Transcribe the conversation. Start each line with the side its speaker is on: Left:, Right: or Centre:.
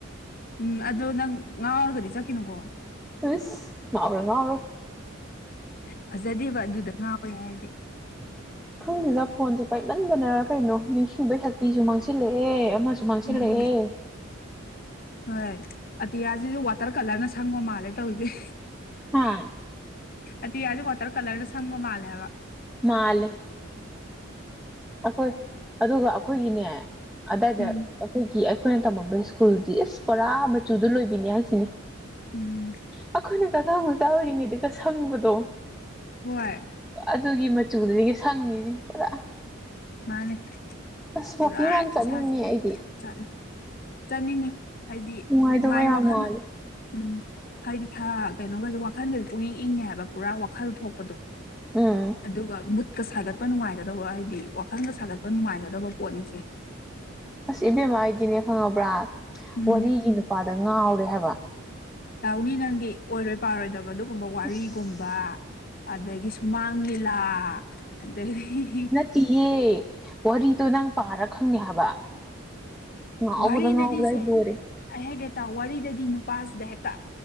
Left: ꯎꯝ ꯑꯗꯣ ꯅꯪ ꯉꯥꯎꯔꯒꯗꯤ ꯆꯠꯈꯤꯅꯨꯀꯣ
Centre: ꯍꯩꯁ ꯉꯥꯎꯔꯣꯏ ꯉꯥꯎꯔꯣꯏ
Left: ꯐꯖꯗꯦꯕ ꯑꯗꯨꯗ ꯉꯥꯎꯋꯦ ꯍꯥꯏꯔꯗꯤ
Centre: ꯈꯪꯗꯦꯗ ꯐꯣꯟꯁꯦ ꯄꯥꯏꯃꯟꯕꯅꯔ ꯀꯩꯅꯣ ꯅꯤꯡꯁꯤꯡꯕꯩ ꯁꯛꯇꯤꯁꯨ ꯃꯥꯡꯁꯤꯜꯂꯛꯑꯦ ꯑꯃꯁꯨ ꯃꯥꯡꯁꯤꯜꯂꯛꯑꯦ
Left: ꯎꯝ ꯍꯣꯏ ꯑꯇꯤꯌꯥꯁꯤꯁꯨ ꯋꯥꯇꯔ ꯀꯂꯔꯅ ꯁꯪꯕ ꯃꯥꯜꯂꯦ ꯇꯧꯔꯤꯁꯦ
Centre: ꯍꯥ
Left: ꯑꯇꯤꯌꯥꯁꯦ ꯋꯥꯇꯔ ꯀꯂꯔꯗ ꯁꯪꯕ ꯃꯥꯜꯂꯦ ꯍꯥꯏꯕ
Centre: ꯃꯥꯜꯂꯦ ꯑꯩꯈꯣꯏ ꯑꯗꯨꯒ ꯑꯩꯈꯣꯏꯒꯤꯅꯦ ꯑꯗꯥꯏꯗ
Left: ꯎꯝ
Centre: ꯑꯩꯈꯣꯏ ꯒꯤ ꯑꯩꯈꯣꯏꯅ ꯇꯝꯃꯝꯕ ꯁ꯭ꯀꯨꯜꯗꯤ ꯄꯨꯔꯥ ꯃꯆꯨꯗꯨ ꯂꯣꯏꯕꯤꯅꯤ ꯍꯥꯏꯁꯤꯅꯤ
Left: ꯎꯝ
Centre: ꯑꯩꯈꯣꯏꯅꯀ ꯑꯉꯥꯡ ꯃꯆꯥ ꯑꯣꯏꯔꯤꯉꯩꯗꯀ ꯁꯪꯕꯗꯣ
Left: ꯍꯣꯏ
Centre: ꯑꯗꯨꯒꯤ ꯃꯆꯨꯗꯨꯗꯒꯤ ꯁꯪꯉꯤꯁꯤ ꯄꯨꯔꯥ
Left: ꯃꯥꯅꯦ
Centre: ꯑꯁ
Left: ꯄꯨꯔꯥ
Centre: ꯋꯥꯛꯀꯤꯡ ꯌꯥꯝ ꯆꯠꯅꯤꯡꯉꯦ
Left: ꯏꯁꯥꯥꯁꯦ
Centre: ꯑꯩꯗꯤ
Left: ꯆꯠꯂꯦ ꯆꯠꯅꯤꯡꯉꯤ ꯑꯩꯗꯤ
Centre: ꯅꯨꯡꯉꯥꯏꯗꯧꯕ
Left: ꯅꯨꯡꯉꯥꯏ
Centre: ꯌꯥꯝ
Left: ꯋꯥꯈꯜꯅ
Centre: ꯃꯥꯜꯂꯦ
Left: ꯎꯝ ꯍꯥꯏꯗꯤ ꯊꯥ ꯀꯩꯅꯣꯒꯁꯨ ꯋꯥꯈꯜꯒꯁꯨ ꯄꯨꯛꯏꯪ ꯏꯪꯅꯤ ꯍꯥꯏꯕ ꯄꯨꯔꯥ ꯋꯥꯈꯜ ꯊꯣꯛꯄꯗꯣ
Centre: ꯎꯝ
Left: ꯑꯗꯨꯒ ꯃꯨꯠ ꯀ ꯁꯥꯒꯠꯄ ꯅꯨꯡꯉꯥꯏꯒꯗꯕ ꯍꯥꯏꯗꯤ ꯋꯥꯈꯜꯒ ꯁꯥꯒꯠꯄ ꯅꯨꯡꯉꯥꯏꯒꯗꯕ ꯄꯣꯠꯅꯤꯁꯤ
Centre: ꯑꯁ ꯏꯕꯦꯝꯃ ꯑꯩꯗꯤꯅꯦ ꯈꯪꯉꯕ꯭ꯔꯥ
Left: ꯎꯝ
Centre: ꯋꯥꯔꯤꯒꯤ ꯅꯨꯄꯥꯗ ꯉꯥꯎꯔꯦ ꯍꯥꯏꯕ
Left: ꯇꯧꯅꯤ ꯅꯪꯗꯤ ꯑꯣꯏꯔꯣꯏ ꯄꯥꯔꯣꯏꯗꯕ ꯑꯗꯨꯒꯨꯝꯕ ꯋꯥꯔꯤꯒꯨꯝꯕ
Centre: ꯑꯁ
Left: ꯑꯗꯒꯤ ꯁꯨꯃꯥꯡ ꯂꯤꯂꯥ ꯑꯗꯒꯤ
Centre: ꯇꯤꯌꯦ ꯋꯥꯔꯤꯗꯣ ꯅꯪ ꯄꯥꯔ ꯈꯪꯅꯤ ꯍꯥꯏꯕ ꯉꯥꯎꯕꯗ
Left: ꯋꯥꯔꯤꯗꯗꯤꯁꯦ
Centre: ꯉꯥꯎꯕꯗ ꯑꯩ ꯂꯣꯏꯔꯦ
Left: ꯑꯩ ꯍꯥꯏꯒꯦ ꯇꯥꯎ ꯋꯥꯔꯤꯗꯗꯤ ꯅꯨꯄꯥꯁꯤꯗ ꯍꯦꯛꯇ